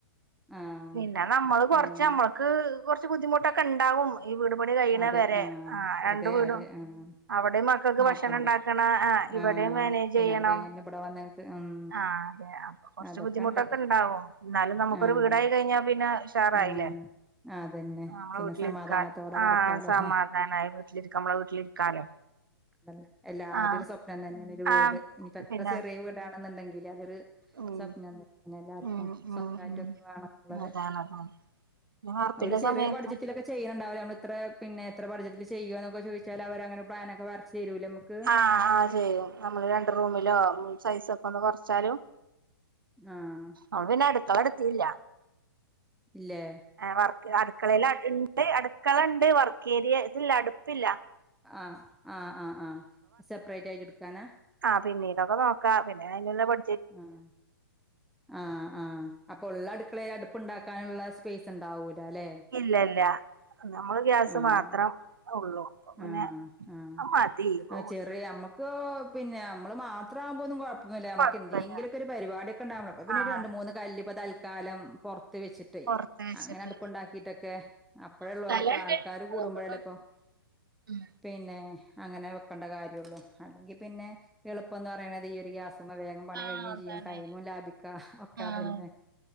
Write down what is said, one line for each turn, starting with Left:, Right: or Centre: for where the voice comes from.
Centre: ആഹ്
Right: പിന്നെ നമ്മള് കൊറച്ച്
Centre: അങ്ങനെ
Right: നമ്മൾക്ക് കുറച്ച് ബുദ്ധിമുട്ടൊക്കെ ഉണ്ടാവും ഈ വീട് പണി കഴിയണ
Centre: അതെ
Right: വരെ
Centre: ആഹ്
Right: ആ രണ്ട്
Centre: അതെ
Right: വീടും
Centre: അതെ ആഹ്
Right: അവിടെയും മ
Centre: നോക്കണ്ടേ
Right: ഭക്ഷണം ഉണ്ടാക്കണം ആ ഇവിടെ
Centre: ആഹ്
Right: മാനേജ്
Centre: പിന്നെ
Right: ചെയ്യണം
Centre: അത് കഴിഞ്ഞ പിന്നെ ഇവിടെ വന്നിട്ട് ഉം
Right: ആഹ് അതെ കുറച്ച്
Centre: അതൊക്കെണ്ട്
Right: ബുദ്ദിമുട്ടൊക്കെ ഉണ്ടാവും എന്നാലും നമുക്ക്
Centre: ആഹ്
Right: ഒരു വീടായി കഴിഞ്ഞാൽ പിന്നെ ഉഷാറായില്ലേ
Centre: ആഹ് അതന്നെ
Right: നമ്മള്
Centre: പിന്നെ
Right: വീട്ടിലിനിക്കാൻ
Centre: സമാധാനത്തോടെ
Right: അഹ്
Centre: കടക്കാലോ
Right: സമാ നായി വീട്ടിലിരിക്ക നമ്മളെ വീട്ടിലിരിക്കാലോ
Centre: ല്ല എല്ലാവരു
Right: ആഹ്
Centre: സ്വപ്നം തന്നെയാണ് ഒരു വീട്
Right: ആഹ്
Centre: ഇനിയിപ്പോ എത്ര
Right: പിന്നെ
Centre: ചെറിയ വീടാണെന്നുണ്ടെങ്കിൽ അതൊരു
Right: ഉം
Centre: സ്വപ്നം തന്നെ എല്ലാർക്കും
Right: ഉം
Centre: സ്വന്തമായിട്ട
Right: ഉം
Centre: ഒന്ന് വേണമെന്നുള്ളത്
Right: ഉം അതാണ് അതാണ് പിന്നെ വാർപ്പിന്റെ
Centre: അവര് ചെറിയ
Right: സമയത്തും
Centre: ബഡ്ജറ്റിലൊക്കെ ചെയ്യണ്ടാവില്ല നമ്മ ഇത്ര പിന്നെ ഇത്ര പഠചത്തിൽ ചെയ്യോ എന്നക്കെ ചോദിച്ചാൽ അവരങ്ങനെ പ്ലാനൊക്കെ വരച്ച് തരൂലേ നമുക്ക്
Right: ആഹ് ആഹ് ചെയ്യും നമ്മള് രണ്ട് റൂമിലോ സൈസക് അപ്പൊന്ന് കൊറച്ചാലും
Centre: ആഹ്
Right: അവ പിന്നെ അടുക്കള എടുത്തിയില്ല
Centre: ഇല്ലെ?
Right: ആ വർക്ക് അടുക്കളൽ ഇണ്ട് അടുക്കളണ്ട് വർക്ക്ഏരിയ ഇതില്ല അടുപ്പില്ല
Centre: അഹ് അഹ് ആഹ് ആഹ് സെപ്പറേറ്റ് ആയിട്ട് എടുക്കാനാ?
Right: ആ പിനീടൊക്കെ നോക്കാ പിന്നെ അന്ള്ള ബട്
Centre: അഹ് അഹ് ആഹ് അപ്പൊ ഉള്ളടു ക്കളെ അടുപ്പുണ്ടാക്കാനുള്ള സ്പേസ് ഉണ്ടാവൂലല്ലേ
Right: ഇല്ല ഇല്ല നമ്മൾ ഗ്യാസ്
Centre: ആഹ്
Right: മാത്രം ഉള്ളൂ അപ്പൊ പിന്നെ
Centre: ആഹ് ആഹ്
Right: അത് മതി ഇപ്പൊ
Centre: ആ ചെറിയ അമ്മ തോ പിന്നെ അമ്മള് മാത്രംമാകുമ്പോന്ന് അല്ല നമുക്ക്
Right: കൊഴപ്പല്ല
Centre: എന്തെങ്കിലുക്കെ ഒരു പരിപാടിക്കെ ഉണ്ടാവണം പിന്നെ
Right: ആഹ്
Centre: ഒരു രണ്ട് മൂന്ന് കല്പ്പ തൽക്കാലം പുറത്ത് വച്ചട്ട് ട്ട്
Right: പൊറത്ത് വെച്ചിട്ട്
Centre: അങ്ങനെ അടുപ്ണ്ടാക്കിട്ടൊക്കെ അപ്പഴ ഉള്ളല
Right: സ്ഥലണ്ട്
Centre: ഇപ്പൊ ആൾക്കാര്
Right: അതോണ്ട്
Centre: കൂടുമ്പോഴേല്ല
Right: കൊഴപ്പല്ല
Centre: ഇപ്പൊ
Right: ഉം
Centre: പിന്നെ അങ്ങനെ വെക്കേണ്ട കാര്യള്ളു അല്ലെങ്കിൽ പിന്നെ എളുപ്പംന്ന് പറയണത് ഈ ഒരു ഗ്യാസ് വേഗം പണി
Right: ആഹ്
Centre: കഴിയും
Right: അതാണ്
Centre: ചെയ്യും ടൈമും ലാഭിക്കാ ഒക്കെ
Right: ആഹ്
Centre: അതന്നെ